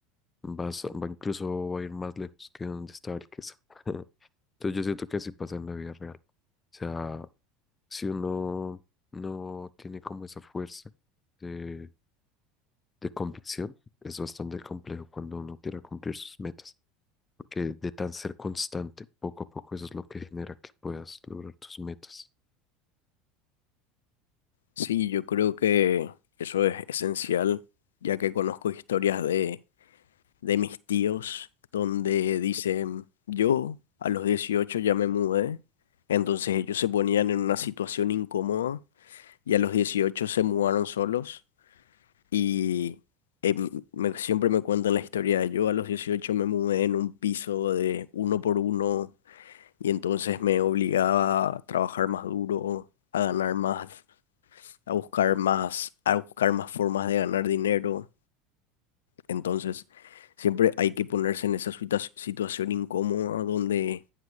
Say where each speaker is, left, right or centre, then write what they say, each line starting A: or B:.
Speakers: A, on the left; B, on the left.
A: vas- va incluso va a ir más lejos que donde estaba el queso. <laughs> Entonces yo siento que así pasa en la vida real. O sea, si uno no tiene como esa fuerza de, de convicción, es bastante complejo cuando uno quiera cumplir sus metas, porque de tan ser constante, poco a poco eso es lo que genera que puedas lograr tus metas.
B: Sí, yo creo que eso es esencial, ya que conozco historias de de mis tíos donde dicen, yo a los 18 ya me mudé, entonces ellos se ponían en una situación incómoda y a los 18 se mudaron solos y em, me- siempre me cuentan la historia de yo a los 18 me mudé en un piso de uno por uno y entonces me obligaba a trabajar más duro, a ganar más, a buscar más, a buscar más formas de ganar dinero. Entonces, siempre hay que ponerse en esa situa- situación incómoda donde